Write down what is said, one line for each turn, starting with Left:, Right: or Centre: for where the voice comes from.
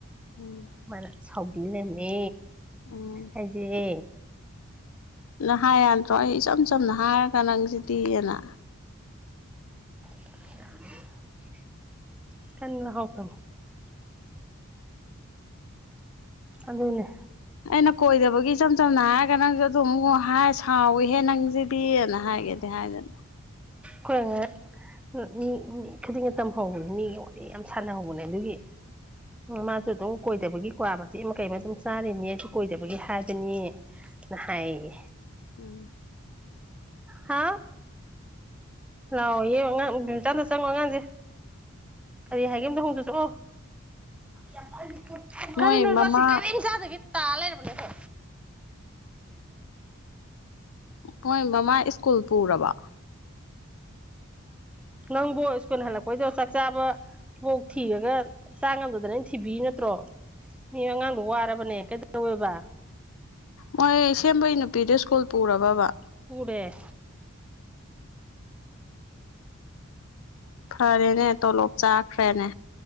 Left: ꯎꯝ
Centre: ꯃꯥꯅ ꯁꯥꯎꯕꯤ ꯂꯩꯔꯝꯃꯦ
Left: ꯎꯝ
Centre: ꯑꯩꯁꯦ
Left: ꯅ ꯍꯥꯏ ꯌꯥꯗ꯭ꯔꯣ ꯑꯩ ꯏꯆꯝ ꯆꯝꯅ ꯍꯥꯏꯔꯒ ꯅꯪꯁꯤꯗꯤꯅ
Centre: <unintelligible> ꯇꯟꯗꯣ ꯍꯥꯎꯇ <inaudible> ꯑꯗꯨꯅꯦ
Left: ꯑꯩꯅ ꯀꯣꯏꯗꯕꯒꯤ ꯏꯆꯝ ꯆꯝꯅ ꯍꯥꯏꯔꯒ ꯅꯪꯁꯨ ꯑꯗꯨ ꯑꯃꯨꯛ ꯍꯥꯏ ꯁꯥꯎꯋꯤꯍꯦ ꯅꯪꯁꯤꯗꯤꯅ ꯍꯥꯏꯒꯦ ꯗꯦ ꯍꯥꯏ <inaudible>
Centre: ꯈꯣꯏ ꯑꯉꯥꯡ ꯃꯤ ꯃꯤ ꯈꯨꯗꯤꯡꯒꯤ ꯇꯝꯍꯧꯕꯅꯤ ꯃꯤꯒꯤ ꯋꯥꯔꯤ ꯌꯥꯝ ꯁꯥꯟꯅꯍꯧꯕꯅꯦ ꯑꯗꯨꯒꯤ ꯃꯥꯁꯨ ꯑꯗꯨꯝ ꯀꯣꯏꯗꯕꯒꯤ ꯀ꯭ꯋꯥ ꯃꯆꯦꯠ ꯑꯃ ꯀꯩ ꯑꯃ ꯑꯗꯨꯝ ꯆꯥꯔꯤꯅꯦ ꯑꯩꯁꯨ ꯀꯣꯏꯗꯕꯒꯤ ꯍꯥꯏꯕꯅꯤ ꯅ ꯍꯥꯏꯑꯌꯦ
Left: ꯎꯝ
Centre: ꯍꯥ ꯂꯥꯛꯑꯣꯌꯦ ꯑꯉꯥꯡ <unintelligible> ꯆꯪꯉꯣ ꯑꯉꯥꯡꯖꯦ ꯀꯔꯤ ꯍꯥꯏꯒꯦ ꯑꯃꯨꯛꯇꯥ ꯍꯪꯉꯨꯆꯣ ꯆꯠꯂꯣ ꯌꯥꯝ ꯇꯜꯂꯤꯍꯦ
Left: ꯃꯣꯏ
Centre: ꯀꯔꯤꯅꯣꯕ
Left: ꯃꯃꯥ
Centre: ꯑꯁꯤ ꯀꯔꯤꯝ ꯆꯥꯥꯗꯕꯤ ꯇꯥ ꯂꯩꯔꯕꯅꯦ ꯑꯁꯦ
Left: ꯃꯣꯏ ꯃꯃꯥꯏ ꯁ꯭ꯀꯨꯜ ꯄꯨꯔꯕꯣ
Centre: ꯅꯪꯕꯨ ꯏꯁ꯭ꯀꯨꯜ ꯍꯜꯂꯛꯄꯩꯗꯣ ꯆꯥꯛ ꯆꯥꯕ ꯃꯣꯛ ꯊꯤꯔꯒ ꯆꯥ ꯉꯝꯗꯗꯅ ꯑꯩꯅ ꯊꯤꯕꯤꯔꯤ ꯅꯠꯇ꯭ꯔꯣ ꯃꯤ ꯑꯉꯥꯡꯗꯣ ꯋꯥꯔꯕꯅꯦ ꯀꯩꯗꯧꯋꯦꯕ
Left: ꯃꯣꯏ ꯁꯦꯝꯕꯩ ꯅꯨꯄꯤꯗꯨ ꯏꯁ꯭ꯀꯨꯜ ꯄꯨꯔꯕꯥꯕ
Centre: ꯄꯨꯔꯦ
Left: ꯐꯔꯦꯅꯦ ꯇꯣꯂꯣꯞ ꯆꯥꯈ꯭ꯔꯦꯅꯦ